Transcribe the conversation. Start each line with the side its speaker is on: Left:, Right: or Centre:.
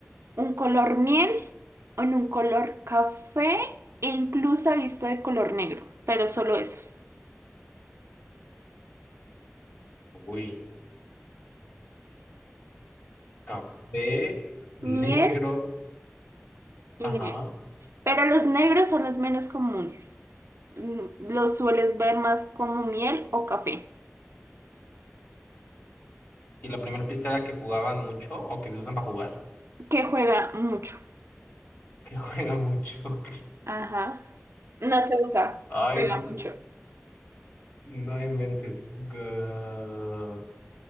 Right: un color miel, en un color café e incluso he visto de color negro, pero solo esos,
Left: Uy, café negro.
Right: miel y
Left: Ajá.
Right: negro. Pero los negros son los menos comunes. Mm, Los sueles ver más como miel o café,
Left: Y la primera pista era que jugaban mucho o que se usan para jugar.
Right: que juega mucho.
Left: Que juegan mucho. <laughs> ok.
Right: Ajá. No se usa,
Left: Ay,
Right: juega
Left: no,
Right: mucho.
Left: no inventes. Gu-